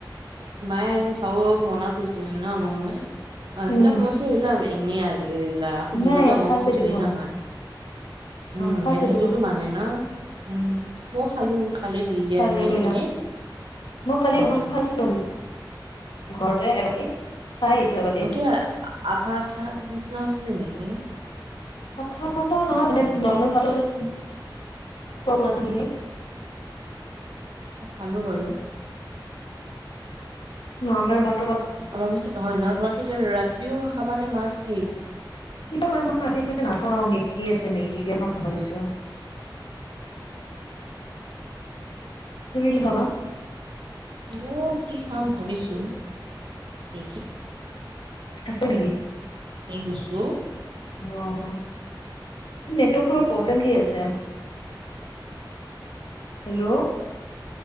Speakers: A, on the right; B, on the left.
A: মায়ে খাব মনা কৰিছিলে ন মময়ে। আহিল
B: উম
A: মোৰছে <unintelligible> আহিলা আমি। ইনে আজি। <unintelligible> এৰিলা খুধি
B: নাই
A: লওঁ দিওক অমাৱস্যা
B: খাইছে
A: থৰি
B: দেখোন
A: না হয়। উম',
B: খাইছে
A: সেইটোতো
B: দেখোন
A: মানে ন? উম ', মইয়ো খালো। কালি বিৰিয়ানী
B: ভালে কৰিলা
A: খিনি
B: মই কালি
A: উম
B: অমান খাইছিলো ন <unintelligible> ঘৰতে এবাতি। খাই আহিছো এবাতি
A: কিবা আঠা- আঠাৰ নিচিনা হৈছিলে নি? হম।
B: কথা পতা নহয় মানে নৰ্মেল ভাত। উম', পছে নকি <unintelligible>
A: চালো বাৰু।
B: নৰ্মেল ভাত।
A: অমাৱস্যা নহয় ন তোমালোকে এতিয়া ৰাতিও খাব মানে মাছ কি?
B: কিবা কৰে মই ৰাতি চাগে নাখাও মেগী আছে মেগীকে খাম ভাবিছো। তুমি কি খাবা?
A: মই কি খাম ভাবিছো? মেগি
B: আছে নেকি?
A: সেই গুচো।
B: অহ ', নেটৱৰ্কটো অলপ প্ৰব্লেম দি আছে। <unintelligible> হেল্ল',